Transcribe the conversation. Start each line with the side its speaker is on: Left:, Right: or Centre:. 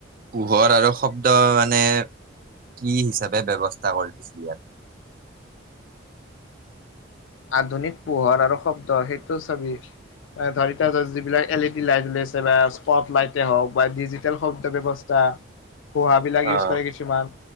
Right: পোহৰ আৰু শব্ ব্দ মানে কি হিচাপে ব্যৱস্থা কৰি দিছিল ইয়াত?
Left: আধুনিক পোহৰ আৰু শব্দ, সেইটো চাবি ধৰ এতিয়া তই, যিবিলাক এল ই ডি লাইট উলিয়াইছে বা স্পট লাইটেই হওঁক বা ডিজিটেল শব্দ ব্যৱস্থা পোহা বিলাক ইউজ
Right: অ',
Left: কৰে কিছুমান।